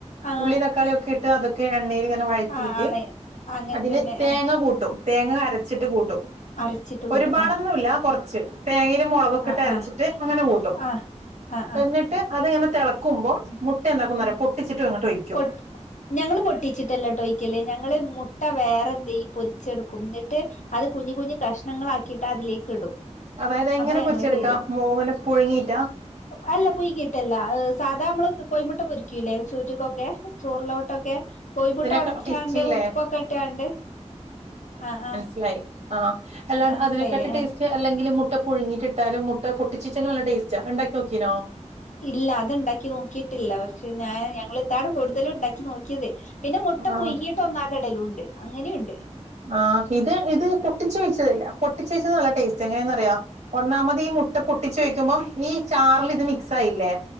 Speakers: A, on the left; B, on the right.
A: ആഹ്
B: ഉള്ളിം തക്കാളി ഒക്കെ ഇ. ഇട്ട് അതൊക്കെ എണ്ണയിലിങ്ങനെ വഴറ്റീട്ട്
A: ആഹ് ആണ് അങ്ങനെ
B: അതില്
A: തന്നെ
B: തേങ്ങ
A: ആഹ്
B: കൂട്ടും. തേങ്ങ അരച്ചിട്ട് കൂട്ടും.
A: അരച്ചിട്ട് കൂട്ടും
B: ഒരുപാട്
A: ആഹ്
B: ഒന്നും ഇല്ല കൊറ്ച്ച് തേങ്ങയില് മൊളകൊക്കെ
A: ആഹ്
B: ഇട്ട് അരച്ചിട്ട്
A: ആഹ്
B: അങ്ങനെ കൂട്ടും.
A: ആഹ് ആഹ് ആഹ്
B: എന്നിട്ട് അത് ഇങ്ങനെ തെളക്കുമ്പം
A: ഉം
B: മുട്ട എന്താക്കും എന്ന്
A: ഉം
B: അറിയോ പൊട്ടിച്ചിട്ട് അങ്ങട്ട് ഒഴിക്കും.
A: പൊട്ട് ഞങ്ങള് പൊട്ടിച്ചിട്ട് അല്ലാട്ടോ ഒഴിക്കല് ഞങ്ങള് മു. മുട്ട വേറെ എന്തേ പൊരിച്ച് എടുക്കും എന്നിട്ട് അത് കുഞ്ഞി കുഞ്ഞി കഷ്ണങ്ങൾ ആക്കിട്ട് അതിലേക്ക് ഇടും.
B: അതായത് എങ്ങനെ
A: അതാ
B: പൊരിച്ച്
A: ഞങ്ങള്
B: എടുക്കാം
A: ചെയ്യല്
B: മൊനെ പുഴുങ്ങിട്ടാ.
A: അല്ല പുഴുങ്ങീട്ടല്ല. സാധാ നമ്മള് കൊയിമുട്ട പൊരിക്കൂല്ലേ ചോറ്റുകൊക്കെ ചോറിലോട്ട് ഒക്കെ. കോയിമുട്ട
B: അതിനൊക്കെ
A: ഒടച്ചാണ്ട്
B: ടേസ്റ്റില്ലേ
A: ഉപ്പൊക്കെ ഇട്ടാണ്ട് അഹ് ആഹ്.
B: സിലായി. ആഹ് അല്ല
A: മനസ്സിലായില്ലേ
B: അതിനേക്കാട്ടി
A: ആഹ്
B: ടേസ്റ്റ്. അല്ലെങ്കിലും മുട്ട പുഴുങ്ങിട്ട് ഇട്ടാലും മുട്ട പൊട്ടിച്ചി ചി <unintelligible> നല്ല ടേസ്റ്റാ അഹ് ഇണ്ടാക്കി നോക്കീ ണോ.
A: ഇല്ല അത് ഇണ്ടാക്കി നോക്കിയിട്ടില്ല. പക്ഷെ ഞാൻ ഞങ്ങള് ഇതാണ് കൂടുതലും ഇണ്ടാക്കി നോക്കിയത്. പിന്നെ മുട്ട
B: ആഹ്
A: പുഴുങ്ങിട്ട് ഒന്നാകെ ഇടലും ഉണ്ട് അങ്ങന്യൂ ഉണ്ട്.
B: ആഹ് ഇത് ഇത് പൊട്ടിച്ചൊഴിച്ചതെല്ലെ പൊട്ടിച്ചൊഴച്ചത് നല്ല ടേസ്റ്റാ എങ്ങനെയെന്ന് അറിയാവോ ഒന്നാമത് ഈ മു. പൊട്ടിച്ച് ഒഴിക്കുമ്പം ഈ ചാറില് ഇത് മിക്സ് ആയില്ലേ.